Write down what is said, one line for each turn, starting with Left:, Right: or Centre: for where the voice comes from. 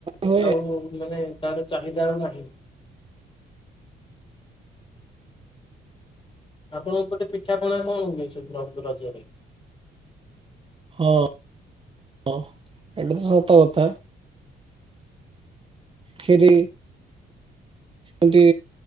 Right: ହୁଏ
Left: ଆଉ ମାନେ ତାର ଚାହିଦା ଆଉ ନାହିଁ। ଆପଣଙ୍କ ଉପଟେ ପିଠା ପଣା କଣ ହୁଏ ସେ ରଜରେ।
Right: ହଁ ହଁ ଏଇଟା ତ ସତ କଥା। ଖିରି। ଏମତି